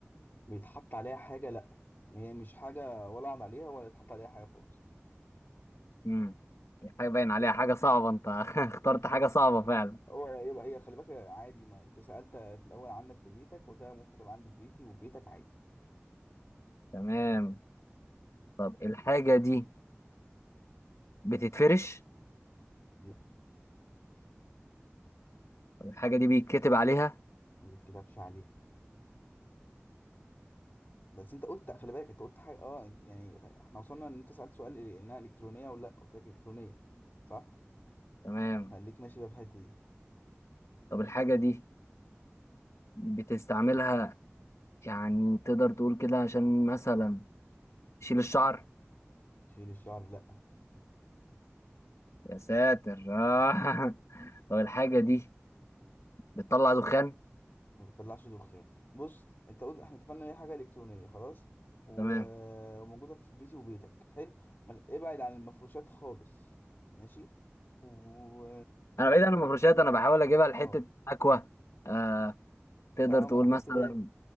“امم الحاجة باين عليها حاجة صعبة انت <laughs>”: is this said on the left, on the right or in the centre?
Left